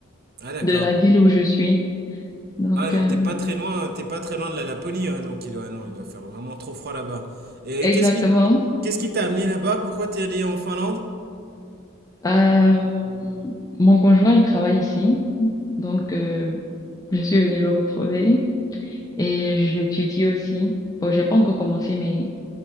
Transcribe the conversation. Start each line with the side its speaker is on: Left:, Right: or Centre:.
Right: Ah d'accord.
Left: De la ville où je suis. Donc,
Right: Ah donc
Left: euh,
Right: t'es pas très loin, t'es pas très loin de la Laponie, hein, donc il doit, ah non, il doit faire vraiment trop froid là-bas. Et
Left: exactement.
Right: qu'est-ce qui, qu'est-ce qui t'a amené là-bas? Pourquoi t'es allé en Finlande?
Left: Euh, mon conjoint, il travaille ici, donc euh, je suis venue le retrouver et j'étudie aussi. Bon, j'ai pas encore commencé, mais